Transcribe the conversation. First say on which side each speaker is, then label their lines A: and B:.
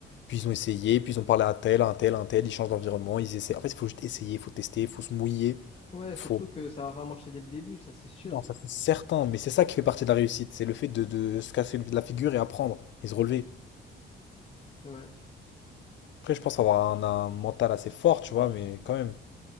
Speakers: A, on the left; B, on the left.
A: puis ils ont essayé, puis ils ont parlé à un tel, à un tel, à un tel, ils changent d'environnement, ils essaient. En fait, il faut juste essayer, il faut tester, il faut se mouiller,
B: Ouais,
A: faut...
B: surtout que ça va pas marcher dès le début, ça c'est sûr.
A: Non, ça c'est certain, mais c'est ça qui fait partie de la réussite, c'est le fait de, de se casser la figure et apprendre, et se relever.
B: Ouais, tu
A: Après, je pense avoir un, un mental assez fort, tu vois, mais quand même.